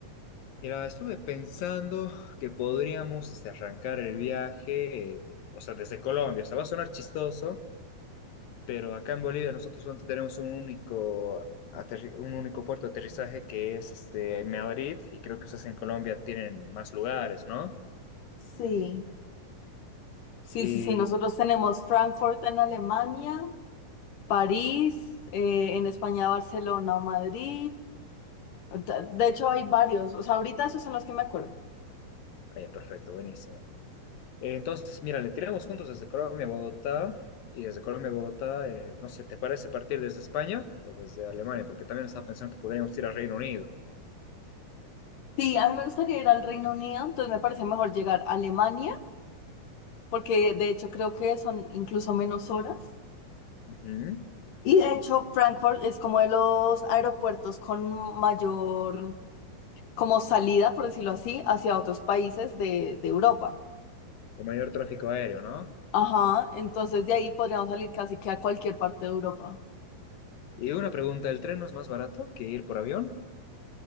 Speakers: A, on the left (about 85°); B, on the left (about 70°).
A: Mira, estuve pensando que podríamos este, arrancar el viaje, eh, o sea, desde Colombia. O sea, va a sonar chistoso, pero acá en Bolivia nosotros solamente tenemos un único, aterri- un único puerto de aterrizaje que es este, Madrid, y creo que ustedes en Colombia tienen más lugares, ¿no?
B: Sí, sí,
A: Y.
B: sí, sí, nosotros tenemos Frankfurt en Alemania, París, eh, en España Barcelona o Madrid. De de hecho hay varios, o sea, ahorita esos son los que me acuerdo.
A: Ah, ya, perfecto, buenísimo. Eh, Entonces, mira, le tiramos juntos desde Colombia a Bogotá y desde Colombia a Bogotá, eh, no sé, ¿te parece partir desde España o desde Alemania? Porque también estaba pensando que podríamos ir al Reino Unido.
B: Sí, a mí me gustaría ir al Reino Unido, entonces me parece mejor llegar a Alemania, porque de hecho creo que son incluso menos horas.
A: Ujú.
B: Y de hecho, Frankfurt es como de los aeropuertos con mayor, como salida, por decirlo así, hacia otros países de, de Europa.
A: Con mayor tráfico aéreo, ¿no?
B: Ajá, entonces de ahí podríamos salir casi que a cualquier parte de Europa.
A: Y una pregunta, ¿el tren no es más barato que ir por avión?